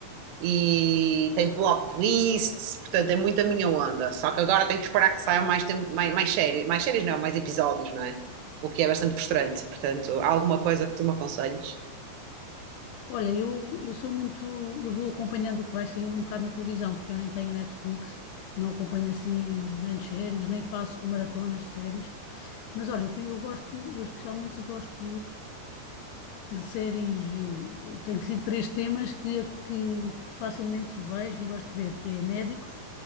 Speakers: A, on the right (about 80°); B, on the left (about 80°).
A: e tem plot twists, portanto é muito a minha onda. Só que agora tenho que esperar que saiam mais, tempo, mais, mais séries, mais séries não, mais episódios, não é? O que é bastante frustrante. Portanto, há alguma coisa que tu me aconselhes?
B: Olha, eu, eu sou muito. Eu vou acompanhando o que vai saindo um bocado na televisão, porque eu nem tenho Netflix, não acompanho assim grandes séries, nem faço maratonas de séries. Mas olha, o que eu gosto, eu especialmente gosto de séries, eh, tenho sido três temas que, que, que facilmente vejo e gosto de ver, que é médicos,